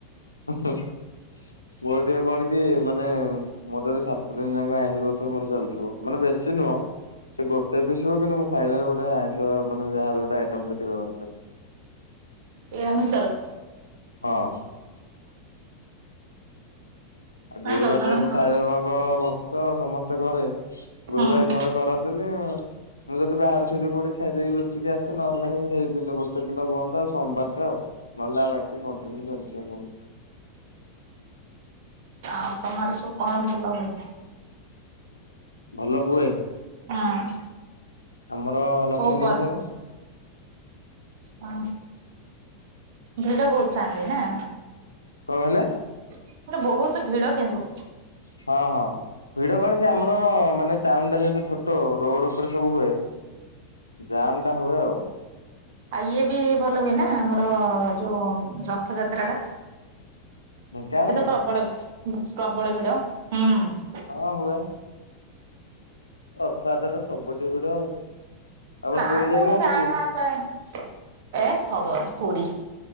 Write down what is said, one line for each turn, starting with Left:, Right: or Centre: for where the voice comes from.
Left: ମୋର ଟିକେ କଣ କି ମାନେ ମୋର ଯଦି ସାତ ଦିନ ଯାକ ଆଇଁଷ ଦଉଥିବ ମୋର ଚାଲିଥିବ ମାନେ ବେଶୀ ନୁହଁ ସେ ଗୋଟେ ପିସିବ କିନ୍ତୁ ମୁଁ ଖାଇଲା ବ ଗୋଟେଇଁ ମାନେ ଯାହାେଲେ ଗଟେ ଆଇଟମ ଗେ ଥିଲା ଦରକାର
Right: ଏଇ ଅନୁସାର
Left: ହଁ ଆଉ ଗୁରୁ
Right: ମାନେ ଜଗଣଙ୍କର
Left: ବାଟକୁ ସାଇବା
Right: ଅଛି।
Left: ବା ଭକ୍ତ ସମସ୍ତେ ଘରେ
Right: ହୁଁ
Left: ଗୁରୁବାର ଘରେ କରନ୍ତିନି ମୁଁ ଯଦି ବା ପଛେ ବି କୋଉଠି ଖାଇ ଦେଇେଇକିୁଚିସେ ନହେଲେି ସେଇ ଦିନ ଗୋଟେ ଦିନ ବନ୍ଦ ଆଉ ସୋମବ ଆଉ ନହେ ଆ ବା କଣ୍ନ୍ୟୁ କରିଛି ଆମର
Right: ଆଉ ତମଆଡେ ସବୁ କଣ ଭଲ ହୁଏ?
Left: ଭଲ ହୁଏ
Right: ହଁ
Left: ଆମର ଲକ୍ଷ୍ମୀ
Right: କୋଉ
Left: ପୂଜା ଫେମସ
Right: ହ ଭିଡ ବହୁତ ଥାନ୍ତି ନା
Left: କଣ କହିଲେ
Right: ସେଟ ବହୁତ ଭିଡ କିନ୍ତୁ
Left: ହଁ ହଁ ଭିଡ କଣ କି ଆମର ମାନେ ଟାଉନ ଟା ଯେହେତୁ ଛୋଟ ରୋଡ ଉପରେ ସବୁ ହୁଏ ଜମ୍ ଟା ହୁଏ ଆଉ
Right: ଆଉ ଇଏ ବି ଭଲ ହୁଏ ନା ଆମର ଯୋଉ ରଥ ଯାତ୍ରା ଟା
Left: ଢେଙ୍କାନାଳରେ
Right: ସେ ତ ପ୍ରବଳ ପ୍ରବଳ ଭିଡ ହୁଁ
Left: ହଁ ହୁଏ ଅଛାତଟା ସବୁଠେ ଭିଡ ଆଉ ଆପଣ
Right: ନା
Left: ପୁରୀ
Right: କୋଉଠି
Left: ଯାଇନାହାନ୍ତି
Right: ଗାଁ
Left: କି
Right: ଗାଁ ପରେରେ ଏ ଭଗବାନ ପୁରୀ